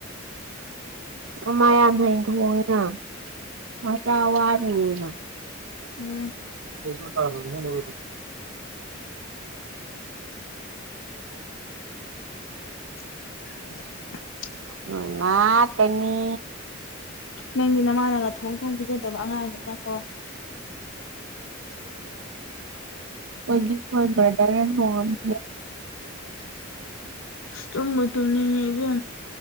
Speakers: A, on the right (about 70°); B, on the left (about 70°).
A: ꯑꯃꯌꯥꯗꯅ ꯃꯇ ꯑꯋꯥꯔꯅꯤꯅ
B: ꯎꯝ
A: ꯇꯔ ꯍꯔ
B: <inaudible>
A: ꯅꯣꯡ ꯃꯥ ꯇꯅꯤ
B: ꯅꯪꯗꯤ ꯅꯃꯥꯟꯅꯒ ꯊꯣꯡ ꯊꯣꯡ ꯄꯤꯖꯗꯕ ꯑꯉꯥꯡꯅꯤꯅꯀꯣ
A: ꯒꯦꯗꯒꯤ꯭ꯔꯗꯔꯅ ꯐꯣꯡꯉꯕꯤ
B: ꯇꯨꯝꯃ ꯇꯅꯤ ꯏꯕ